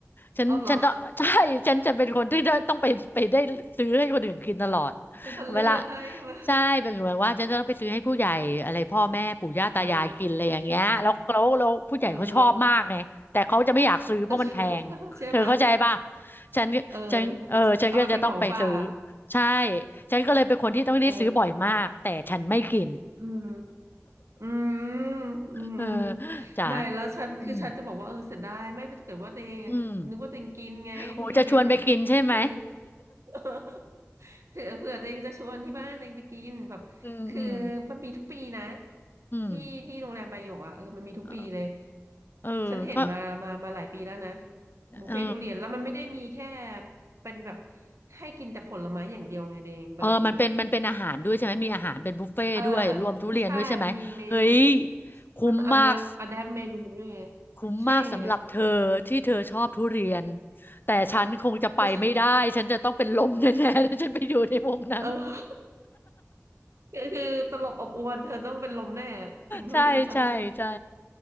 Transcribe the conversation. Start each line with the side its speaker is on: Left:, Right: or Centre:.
Left: ฉันฉันต้องใช่ฉันจะเป็นคนที่ได้ต้องไปไปได้ซื้อให้คนอื่นกินตลอด
Right: เอาเหรอ <laughs> เป็นคนเลือกให้มา
Left: เวลาใช่เป็นเหมว่าฉันจะต้องไปซื้อให้ผู้ใหญ่อะไรพ่อแม่ปู่ย่าตายายกินอะไรอย่างเงี้ยแล้วแล้วแล้วผู้ใหญ่เขาชอบมากไงแต่เขาจะไม่อยากซื้อเพราะมันแพงเธอเข้าใจป่ะ
Right: อ๋อเออ <laughs> ใช่ไหม
Left: ฉันฉันเออฉันก็จะต้องไปซื้อ
Right: เออเอาไปเป็นของฝาก
Left: ใช่ฉันก็เลยเป็นคนที่ต้องได้ซื้อบ่อยมากแต่ฉันไม่กิน
Right: เอออืม อืมอืมอืม
Left: เออจ้ะ
Right: ไม่แล้วฉันคือฉันจะบอกว่าเออเสียดายไม่ถ้าเกิดว่าตัวเองอะนึกว่าตัวเองกินไงทุเรียนน่ะ
Left: อืม อืมโอ้จะชวนไปกินใช่ไหม
Right: คือ <laughs> เผื่อเผื่อตัวเองจะชวนที่บ้านตัวเองไปกินแบบคือมันมีทุกปีนะ
Left: อืมอืมอืม
Right: ที่ที่โรงแรมบายโยกอ่ะเออมันมีทุกปีเลย
Left: เออเออก็
Right: ฉันเห็นมามามาหลายปีแล้วนะบุฟเฟ่ทุเรียนแล้วมันไม่ได้มีแค่
Left: เออ
Right: เป็นแบบให้กินแต่ผลไม้อย่างเดียวไงเดงประเด็นอ่ะ
Left: เออมันเป็นมันเป็นอาหารด้วยใช่ไหมมีอาหารเป็นบุฟเฟ่ต์ด้วยรวมทุเรียนด้วยใช่ไหมเฮ้ย
Right: อ่าใช่มันมีเมนู
Left: คุ้มมาก
Right: มันอันแอปอะแดปเมนูด้วยไง
Left: คุ้มมากสำหรับเธอที่เธอชอบทุเรียน
Right: ใช่ไง
Left: แต่ฉันคงจะไปไม่ได้ฉันจะต้องเป็นลมแน่ๆถ้าฉันไปอยู่ในวงนั้น
Right: <laughs> เออคือคือตลบอบอวนเธอต้องเป็นลมแน่กินทุเรียนทั้ง
Left: ใช่ใช่ใช่